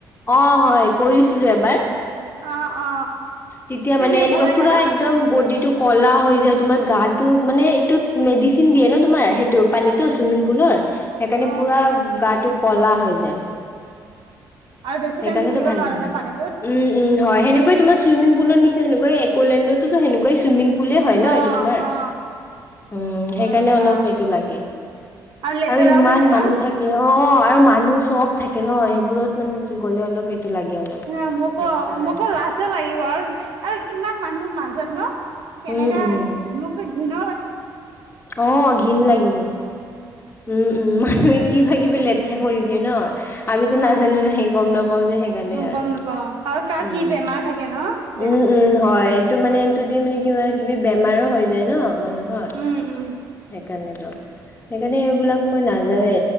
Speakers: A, on the left; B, on the right.
A: অ', হয় কৰিছিলোঁ এবাৰ।
B: অ', অ
A: তেতিয়া
B: কেনে
A: মানে এনেকুৱা
B: ভাল লাগে
A: পুৰা
B: ন
A: একদম বডিত এইটো ক'লা হৈ যায় তোমাৰ গাটো মানে এইটো মেডিচিন দিয়ে ন' তোমাৰ সেইটো পানীটো ছুইমিং পুলৰ। সেইকাৰণে
B: অ
A: পুৰা গাটো কলা হৈ যায়।
B: আৰু বেছি
A: সেইকাৰণেতো
B: টাইম থাকিব
A: ভাল
B: নোৱাৰা
A: নালাগে
B: ন পানীটোত
A: উম, উম, হয় সেনেকয় তোমাৰ ছুইমিং পুলৰ নিচি সেনেকৈ এক'লেণ্ডটোতো সেনেকৈ ছুইমিং বুলিয়ে হয়
B: অ
A: ন' এইটো তোমাৰ
B: অ
A: উম, সেইকাৰণে
B: হয় দিয়া
A: অলপ এইটো লাগে।
B: লেতেৰাও
A: আৰু ইমান
B: থাকে
A: মানুহ
B: ন
A: থাকে অ', অ', আৰু মানুহ চব থাকে ন' সেইবোৰত মানে গ'লে অলপ এইটো লাগে অলপ
B: হ মোকো
A: লেতেৰা লাগে।
B: মোকো লাজে লাগিব আৰু আৰু ইমান মানুহ মাজত ন? তেনেকা
A: উম, উম,
B: মোকো ঘিন
A: অ', ঘিণ লাগি যায়। উম, উম, মানুহে কিবা-কিবি লেতেৰা কৰি দিয়ে ন। আমিটো
B: অ
A: নাজানো ন' সে গম নাপাও যে সেইকাৰণে আৰু
B: গম নাপাও আৰু কাৰ
A: উম,
B: কি বেমাৰ থাকে ন দেয়া
A: উম, উম, হয়। টো মানে এইটো দি মানে কিবা কিবি বেমাৰো হৈ যায় ন মানুহৰ
B: উম উম
A: সেইকাৰণে সেইকাৰণে এইবিলাক মই নাযাওৱে